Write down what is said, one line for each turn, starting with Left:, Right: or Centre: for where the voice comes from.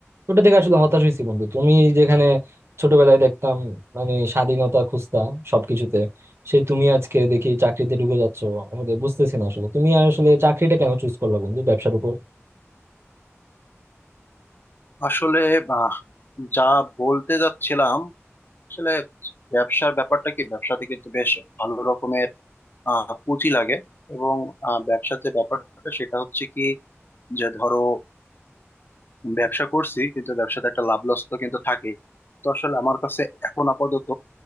Right: ওটা দেখে আসলে হতাশ হয়েছি বন্ধু তুমি যেখানে ছোটবেলায় দেখতাম মানে স্বাধীনতা খুঁজতা সবকিছুতে সেই তুমি আজকে দেখি চাকরিতে ঢুকে যাচ্ছো আসলে বুঝতেছি না আসলে তুমি আসলে চাকরিটা কেন চুজ করলা বন্ধু ব্যবসার উপর
Left: আসলে আহ, যা বলতে যাচ্ছিলাম আসলে ব্যবসার ব্যাপারটা কি ব্যবসাতে কিন্তু বেশ ভালো রকমের আহ, পুঁজি লাগে এবং আহ, ব্যবসার যে ব্যাপারটা সেটা হচ্ছে কি যে ধরো ব্যবসা করছি কিন্তু ব্যবসাতে একটা লাভ লস তো কিন্তু থাকেই তো আসলে আমার কাছে এখন আপাতত